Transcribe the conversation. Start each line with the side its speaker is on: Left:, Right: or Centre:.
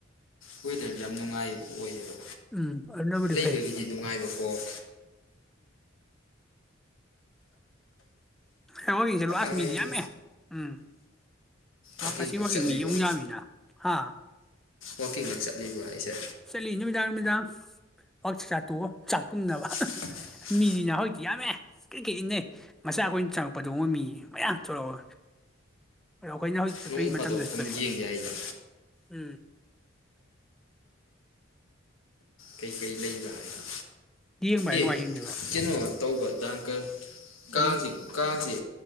Left: ꯑꯣꯏꯇꯥꯔꯦꯗꯤ ꯌꯥꯝ ꯅꯨꯡꯉꯥꯏꯕ ꯑꯣꯏꯌꯦꯕ
Centre: ꯎꯝ ꯑꯗꯨꯅꯗꯤ
Left: ꯂꯩꯕꯒꯤꯗꯤ
Centre: ꯐꯥꯏ
Left: ꯅꯨꯡꯉꯥꯏꯕꯀꯣ
Centre: ꯎꯝ <inaudible> ꯋꯥꯀꯤꯡ ꯆꯠꯂꯥꯁ
Left: ꯑꯗꯒꯤ
Centre: ꯃꯤꯗꯤ ꯌꯥꯝꯃꯦ ꯎꯝ ꯋꯥꯁꯤ
Left: ꯋꯥꯛꯀꯤꯡꯒ
Centre: ꯋꯥꯀꯤꯡ
Left: ꯆꯠꯂꯤꯕ꯭ꯔꯣ
Centre: ꯃꯤ ꯌꯥꯃꯤꯅ ꯍꯥ
Left: ꯋꯥꯀꯤꯡꯈ ꯆꯠꯂꯤꯕ꯭ꯔꯥ ꯑꯩꯁꯦ
Centre: ꯆꯠꯂꯤ ꯅꯨꯃꯤꯗꯥꯡ ꯅꯨꯃꯤꯗꯥꯡ ꯋꯥꯛ ꯆꯆꯇꯣꯀꯥꯒꯥ ꯆꯥꯛ ꯇꯨꯝꯅꯕ
Left: <inaudible>
Centre: ꯃꯤꯁꯤꯅ ꯍꯧꯖꯤꯛꯇꯤ ꯌꯥꯝꯃꯦ ꯀ꯭ꯔꯤ ꯀꯦꯠ ꯏꯟꯅꯩ ꯃꯆꯥ ꯑꯩꯈꯣꯏꯅ ꯆꯪꯉꯛꯄꯗꯣꯡꯕ ꯃꯤ ꯃꯌꯥꯝ ꯊꯣꯛꯂꯛꯑꯣ ꯑꯗꯣ ꯑꯩꯈꯣꯏꯅ ꯍꯧꯖꯤꯛ ꯆꯠꯄꯒꯤ
Left: ꯅꯣꯡ ꯐꯥꯗꯣꯛ
Centre: ꯃꯇꯝꯗꯁꯨ
Left: ꯁꯨꯝ
Centre: ꯊꯣꯛꯑꯦ
Left: ꯌꯦꯡꯒꯦ ꯍꯥꯏꯅ
Centre: ꯎꯝ
Left: ꯀꯩꯀꯩ ꯂꯩꯕ꯭ꯔꯥ ꯍꯥꯏꯕ
Centre: ꯌꯦꯡꯕ ꯍꯥꯏ
Left: ꯑꯦ
Centre: ꯀꯃꯥꯏꯅ ꯌꯦꯡꯗꯣꯏꯕ
Left: ꯀꯩꯅꯣ ꯇꯧꯕ ꯗꯦꯡꯒꯔ <unintelligible>
Centre: ꯀꯔꯤ
Left: ꯀꯁꯤ ꯀꯁꯤ